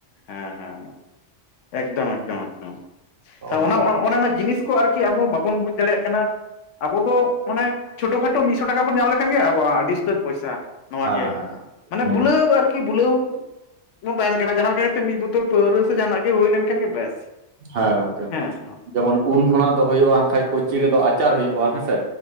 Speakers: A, on the left; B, on the right.
A: ᱦᱮᱸ ᱦᱮᱸ ᱮᱠᱫᱚᱢ ᱮᱠᱫᱚᱢ ᱮᱠᱫᱚᱢ
B: ᱱᱚᱜᱼᱚ
A: ᱛᱟᱦᱚᱞᱮ
B: ᱱᱚᱝᱠᱟ
A: ᱚᱱᱟ ᱚᱱᱮ ᱚᱱᱟ ᱡᱤᱱᱤᱥ ᱟᱨᱠᱤ ᱟᱵᱚ ᱵᱟᱵᱚᱱ ᱵᱩᱡᱽ ᱫᱟᱲᱮᱭᱟᱜ ᱠᱟᱱᱟ, ᱟᱵᱚ ᱫᱚ ᱢᱟᱱᱮ ᱪᱷᱳᱴᱳ ᱠᱷᱟᱴᱳ ᱢᱤᱫ ᱥᱚ ᱴᱟᱠᱟ ᱵᱚᱱ ᱧᱟᱢ ᱞᱮᱠᱷᱟᱱ ᱜᱮ ᱟᱵᱚᱣᱟᱜ ᱟᱹᱰᱤ ᱩᱥᱛᱟᱹᱨ ᱯᱚᱭᱥᱟ᱾ ᱱᱚᱣᱟ
B: ᱦᱮᱸ
A: ᱜᱮ
B: ᱦᱮᱸ
A: ᱢᱟᱱᱮ
B: ᱦᱩᱸ
A: ᱵᱩᱞᱟᱹᱣ ᱟᱨᱠᱤ ᱵᱩᱞᱟᱹᱣ ᱵᱚᱱ ᱛᱟᱦᱮᱱ ᱠᱟᱱᱟ ᱡᱟᱦᱟ ᱜᱮ ᱢᱤᱫ ᱵᱩᱛᱚᱞ ᱯᱟᱹᱣᱨᱟᱹ ᱥᱮ ᱡᱟᱦᱟᱱᱟᱜ ᱜᱮ ᱦᱩᱭ ᱞᱮᱱᱠᱷᱟᱱ ᱜᱮ ᱵᱮᱥ᱾
B: ᱦᱮᱸ
A: ᱦᱮᱸ ᱥᱮ ᱵᱟᱝ
B: ᱡᱮᱢᱚᱱ ᱩᱞ ᱠᱷᱚᱱᱟᱜ ᱫᱚ ᱦᱩᱭᱩᱜᱼᱟ ᱠᱷᱟᱡ ᱠᱩᱪᱤ ᱨᱮᱫᱚ ᱟᱪᱟᱨ ᱦᱩᱭᱩᱜᱼᱟ ᱦᱮᱸᱥᱮ